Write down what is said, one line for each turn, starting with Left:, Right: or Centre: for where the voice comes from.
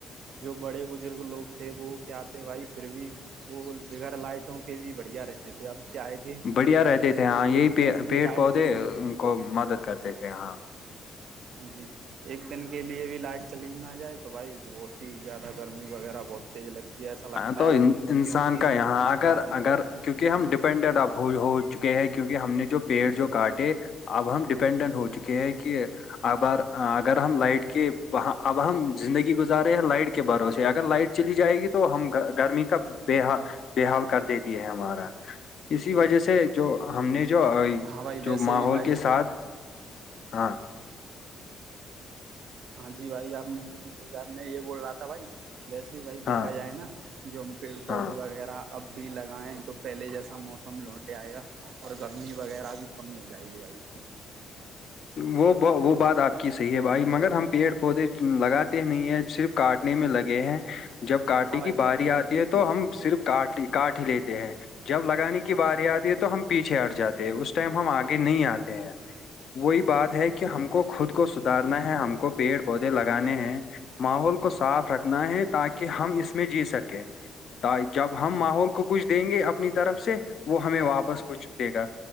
Right: جو بڑے بزرگ لوگ تھے وہ کیا تھے بھائی پھر بھی وہ بغیرہ لائٹوں کے بھی بڑھیا رہتے تھے اب کیا کہ
Left: بڑھیا رہتے تھے ہاں یہی
Right: ایک دن بھی
Left: پیڑ
Right: لائٹ
Left: پودے
Right: چلی
Left: کو مدد کرتے تھے ہاں
Right: ہاں جی ایک دن کے لیے بھی لائٹ چل ہی نہ جائے تو بھائی بہت ہی زیادہ گرمی وغیرہ بہت تیز لگتی ہے ایسا لگتا
Left: ہاں تو
Right: ہے
Left: انسان
Right: کیونکہ
Left: کا یہاں اگر
Right: رہا نہیں
Left: اگر
Right: جاتا ہے۔
Left: کیونکہ ہم ڈپینڈڈ ہو چکے ہیں کیونکہ ہم نے جو پیڑ جو کاٹے اب ہم ڈیپینڈنٹ ہو چکے یہ ہے کہ ابار اگر ہم لائٹ کے اب ہم زندگی گزار رہے ہیں لائٹ کے باروں سے اگر لائٹ چلی جائے گی تو ہم گرمی کا بے حال بے حال کر دیتی ہے ہمارا اسی وجہ سے جو ہم نے جو
Right: ہاں بھائی
Left: جو
Right: ویسے
Left: ماحول
Right: بھی بھائی
Left: کے ساتھ ہاں
Right: ہاں جی بھائی آپ بالکل صحیح کہ میں یہ بول رہا تھا بھائی ویسے بھائی
Left: ہاں
Right: دیکھا جائے نا جو پیڑ پودے
Left: ہاں
Right: وغیرہ اب بھی لگائیں تو پہلے جیسا موسم لوٹے آئے گا اور گرمی وغیرہ بھی کم ہو جائے گی بھائی
Left: وہ وہ بات آپ کی صحیح ہے بھائی مگر ہم پیڑ پودے لگاتے نہیں ہیں صرف کاٹنے میں لگے ہیں جب کاٹنے
Right: ہاں بھائی
Left: کی باری
Right: یہ
Left: آتی ہے تو ہم صرف کاٹ لی کاٹ ہی لیتے ہیں جب لگانے کی باری آتی ہے تو ہم پیچھے ہٹ جاتے ہیں اس ٹائم ہم آگے نہیں آتے ہیں وہی بات ہے کہ ہم کو خود کو سدارنا ہے ہم کو پیڑ پودے لگانے ہیں ماحول کو صاف رکھنا ہے تاکہ ہم اس میں جی سکیں جب ہم ماحول کو کچھ دیں گے اپنی طرف سے وہ ہمیں واپس کچھ دے گا